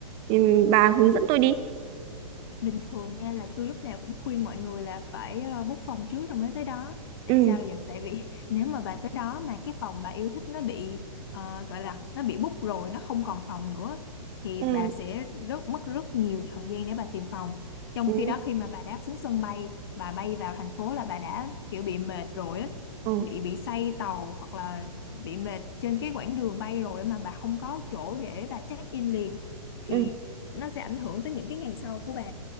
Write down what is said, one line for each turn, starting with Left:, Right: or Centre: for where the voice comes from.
Right: Ừm, bà hướng dẫn tôi đi
Left: bình thường nha là tôi lúc nào cũng khuyên mọi người là phải ờ, book phòng trước rồi mới tới đó tại
Right: ừ
Left: sao vậy tại vì <laughs> nếu mà bà tới đó mà cái phòng bà yêu thích nó bị ờ, gọi là nó bị book rồi nó không còn phòng nữa thì
Right: ừ
Left: bà sẽ rất mất rất nhiều thời gian để bà tìm phòng trong
Right: ừ
Left: khi đó khi mà bà đáp xuống sân bay bà bay vào thành phố là bà đã kiểu bị mệt rồi á
Right: ừ
Left: bị bị say tàu hoặc là bị mệt trên cái quãng đường bay rồi mà bà không có chỗ để bà check in liền thì
Right: ừ
Left: nó sẽ ảnh hưởng tới những cái ngày sau của bà